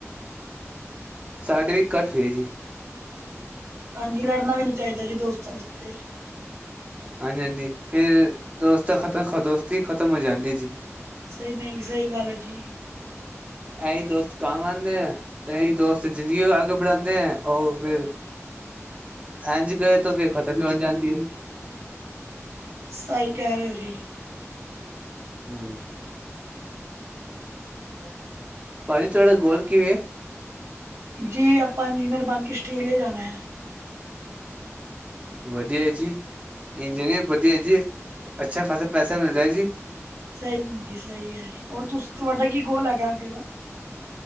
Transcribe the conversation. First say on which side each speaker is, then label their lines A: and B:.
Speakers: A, on the right; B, on the right.
A: ਸਾਡੀ ਵੀ ਕੱਟ ਰਹੀ ਜੀ।
B: ਹਾਂਜੀ ਲੜਨਾ ਵੀ ਨੀ ਚਾਹੀਦਾ ਜੀ ਦੋਸਤਾਂ ਵਿੱਚ ਤੇ
A: ਹਾਂਜੀ- ਹਾਂਜੀ ਫੇਰ ਦੋਸਤਾ ਖਤਹ ਦੋਸਤੀ ਹੀ ਖ਼ਤਮ ਹੋ ਜਾਂਦੀ ਏ ਜੀ।
B: ਸਹੀ ਨਹੀਂ ਸਹੀ ਗੱਲ ਹੈ ਜੀ।
A: ਐਹੀ ਦੋਸਤ ਕੰਮ ਆਂਦੇ ਐ ਐਹੀ ਦੋਸਤ ਜ਼ਿੰਦਗੀ ਆਗੇ ਬੜਾਂਦੇ ਐ ਔ ਫਿਰ ਐੰਜ ਕਹੇ ਤਾਂ ਫੇ ਖਤਮ ਹੀ ਹੋ ਜਾਂਦੀ ਏ।
B: ਸਹੀ ਕਹਿ ਰਹੇ ਓ ਜੀ।
A: ਹੂੰ
B: <inaudible>
A: ਭਾਜੀ ਤੁਹਾਡਾ ਗੋਲ ਕਿਵੇਂ ਏ।
B: ਜੀ ਆਪਾਂ ਇੰਜੀਨੀਅਰ ਬਣ ਕੇ ਆਸਟ੍ਰੇਲੀਆ ਜਾਣੈ।
A: ਵਧੀਆ ਹੈ ਜੀ ਇੰਜਨਵੀ ਵਧੀਆ ਐ ਜੀ ਅੱਛਾ ਖਾਸਾ ਪੈਸਾ ਮਿਲਦਾ ਹੈ ਜੀ।
B: ਸਹੀ ਹੂੰ ਜੀ ਸਹੀ ਹੈ ਹੋਰ ਤੁਸ ਤੁਵਾਡਾ ਕੀ ਗੋਲ ਹੈਗੈ ਅੱਗੇ ਦਾ